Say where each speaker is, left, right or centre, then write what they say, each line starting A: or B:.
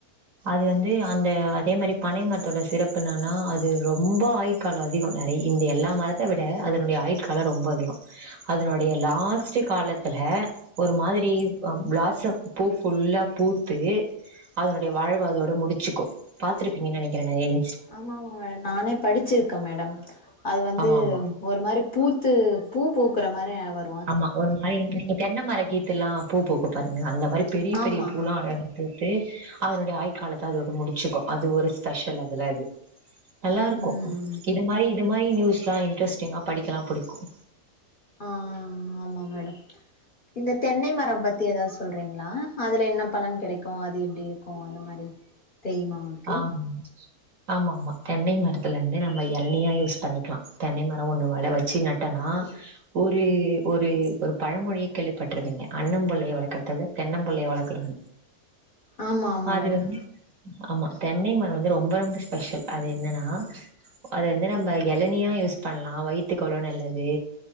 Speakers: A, on the right (about 60°); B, on the left (about 40°).
A: அது வந்து அந்த அதே மாரி பனை மரத்தோட சிறப்பு என்னனா அது ரொம்ப ஆயுட்கால அதிக நெறைய இந்த எல்லா மரத்த விட அதனுடைய ஆயுட்கால ரொம்ப அதிக அதனுடைய லாஸ்ட்டு காலத்துல ஒரு மாதிரி வ வாசம் பூ ஃபுல்லா பூத்து அதனோட இந்த வாழ்வ அதோட முடிச்சுக்கு பாத்திருக்றீங்கன் நெனைக்கிறேங்க இது
B: ஆமா ஆமா மேடம் நானு படிச்சிருக்கே மேடம் அது வந்து
A: ஆமா ஆமா
B: ஒரு மாரி பூத்து பூ பூக்குற மாரி வ
A: ஆமா ஒரு மாரி நீங்க தென்ன மரக் கீத்துலா பூ பூக்கு பாருங்க அ அந்த மாரி பெரிய
B: ஆமா.
A: பெரிய பூலா வளரட்டு போய் அதனுடைய ஆயுட்காலத்த அதோட முடிச்சுக்கு அது ஒரு ஸ்பெஷல் அதுல அது நல்லா இருக்கு
B: ம்.
A: இது மாரி இந்த மாரி நியூஸ்லா இன்ட்ரெஸ்டிங்கா படிக்கலா புடிக்கு
B: ஆஹ் அம் ஆமா ஆமா மேடம் இந்த தென்னை மரம் பத்தி எதாவ்து சொல்றீங்ளா அதுல என்ன பலன் கிடைக்கு அது எப்டி இருக்கு அந்த மாரி தெரியுமா உங்களுக்கு?
A: ஆஹ் ஆமா ஆமா தென்னை மரத்துல இருந்து நம்ம எள்நியா யூஸ் பண்ணிக்லா தென்னை மர ஒன்னு வளர வச்சு நட்டனா ஊரு ஒரு ஒரு பழமொழியே கேள்விப்பட்ருக்கீங்க அண்ணம்பிள்ளய வளக்கறத விட தென்னம்பிள்ளய வளக்கலானு
B: ஆமா ஆமா
A: அது
B: மேடம்
A: வந்து ஆமா தென்னை மர வந்து ரொம்ப ரொம்ப ஸ்பெஷல் அது என்னனா அது வந்து நம்ப எளநியா யூஸ் பண்லா வயித்துக்கு அவ்ள நல்லது